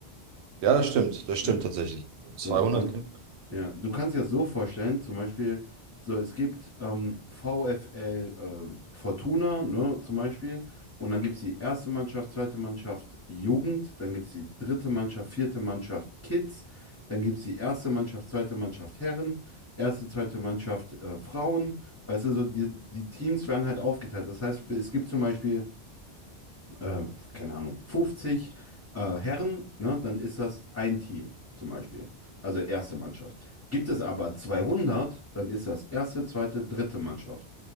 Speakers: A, on the right; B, on the left.
A: Ja, das stimmt, das stimmt
B: Ja.
A: tatsächlich. 200
B: So, und
A: Kinder.
B: ja, du kannst dir das so vorstellen, zum Beispiel, so, es gibt ähm, VfL äh, Fortuna, ne, zum Beispiel, und dann gibt es die erste Mannschaft, zweite Mannschaft Jugend, dann gibt es die dritte Mannschaft, vierte Mannschaft Kids, dann gibt es die erste Mannschaft, zweite Mannschaft Herren, erste, zweite Mannschaft äh, Frauen, weißt du, so, die, die Teams werden halt aufgeteilt. Das heißt, es gibt zum Beispiel äh, keine Ahnung, 50 äh, Herren, ne, dann ist das ein Team zum Beispiel. Also erste Mannschaft. Gibt es aber 200, dann ist das erste, zweite, dritte Mannschaft.